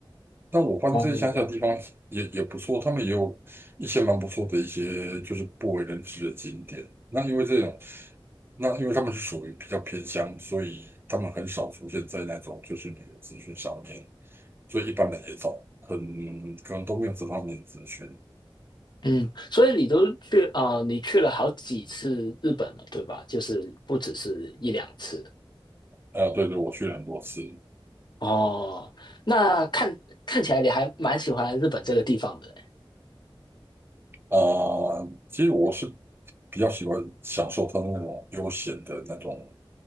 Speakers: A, on the right (about 25°); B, on the left (about 55°).
A: 但我发现这些乡下的地方也也不错，
B: 哦，
A: 他们也有一些蛮不错的一些就是不为人知的景点。那因为这种，那因为他们是属于比较偏乡，所以他们很少出现在那种就是旅游资讯上面，所以一般人也少，很可能都没有这方面的资讯。
B: 嗯，所以你都去啊、呃你去了好几次日本了，对吧？就是不只是一两次。
A: 啊、对对，我去了很多次。
B: 哦，那看看起来你还蛮喜欢日本这个地方的。
A: 啊、其实我是比较喜欢享受它那种悠闲的那种